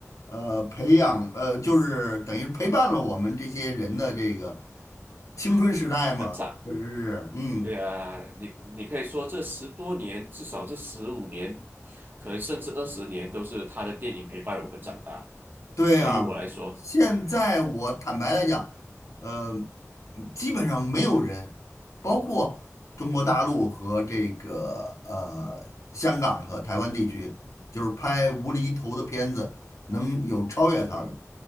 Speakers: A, on the left (about 70°); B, on the right (about 40°).
A: 呃，培养呃，就是等于陪伴了我们这些人的这个青春时代嘛，
B: 很赞，
A: 确实是，嗯。
B: 对啊，你你可以说这十多年，至少这十五年，可能甚至二十年，都是他的电影陪伴我们长大，
A: 对啊，
B: 对于我来说，
A: 现在我坦白来讲，呃，基本上没有人，包括中国大陆和这个呃香港和台湾地区，就是拍无厘头的片子能有超越他的，
B: 嗯，